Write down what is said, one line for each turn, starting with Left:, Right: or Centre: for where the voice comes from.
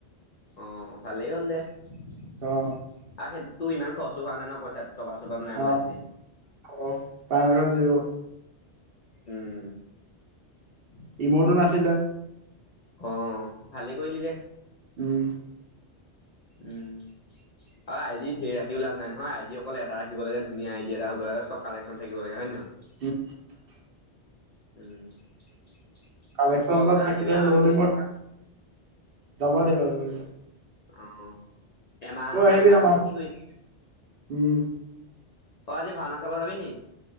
Left: অ ভালেই হ'ল দে আৰু
Right: অ
Left: সেইটোততো ইমান খৰচো হোৱা নাই ন পইচাত। তপাৰ চপাৰ নাই
Right: অ
Left: মাৰ তেতিয়া।
Right: অ', পাই লেভেল জিৰ'
Left: উম।
Right: ইমুৰটো নাছিলে।
Left: অ ভালেই কৰিলি দে।
Right: উম।
Left: উম। অ আই ডি ধেৰ ৰাখিও লাভ নাই নহয়। আই ডি অকল এটা ৰাখিব লাগে, ধুনীয়া আই ডি এটা হব লাগে, চব কালেকচন থাকিব লাগে, হয় নে নহয়?
Right: <unintelligible>
Left: উম।
Right: কালেকচন
Left: গৰম
Right: অলপ
Left: বন্ধত
Right: থাকিলে
Left: আহিবি আমাৰ
Right: ল'
Left: পিনে
Right: লিমত
Left: এনেই থাকা
Right: যাব লাগিব যাব লাগিব
Left: অহ, এমাহ
Right: তই
Left: নহয়
Right: আহিবি
Left: এমাহনো
Right: আমাৰ
Left: কি কৰি থাকিবি?
Right: উম
Left: অ আজি ভাওনা চাব যাবি নি?